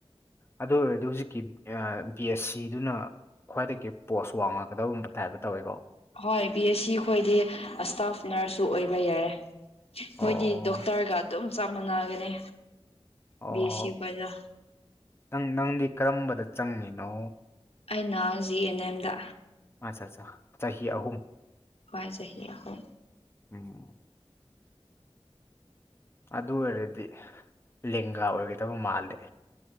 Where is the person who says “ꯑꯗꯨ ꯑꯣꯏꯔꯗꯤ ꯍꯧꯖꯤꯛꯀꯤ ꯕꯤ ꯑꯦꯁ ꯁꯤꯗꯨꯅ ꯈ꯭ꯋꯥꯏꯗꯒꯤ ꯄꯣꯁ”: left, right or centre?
Left